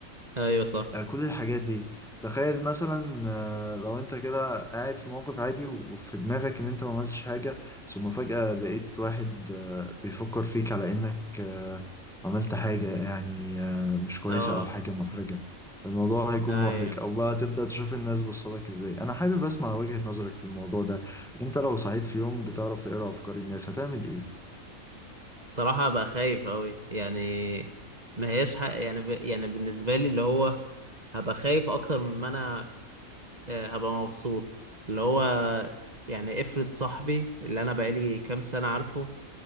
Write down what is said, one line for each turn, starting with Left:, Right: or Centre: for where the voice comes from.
Right: ايوه صح
Centre: آه، كل الحاجات دي تخيل مثلا آه، لو انت كده قاعد في موقف عادي وفي دماغك ان انت ما عملتش حاجة ثم فجأة لقيت واحد آه، بيفكر فيك على انك آه، عملت حاجة يعني آه، مش كويسة
Right: اه
Centre: او حاجة محرجة الموضوع هيكون
Right: ايوه
Centre: محرج او بقى تبدأ تشوف الناس بصلك ازاي انا حابب اسمع وجهة نظرك في الموضوع ده انت لو صحيت في يوم بتعرف تقرأ افكار الناس هتعمل ايه
Right: صراحة بقى خايف أوي يعني ما هياش حق يعني ب... يعني بالنسبة لي اللي هو هبقى خايف أكتر من ما أنا آه، هبقى مبسوط اللي هو يعني افرض صاحبي اللي أنا بقالي كام سنة عارفه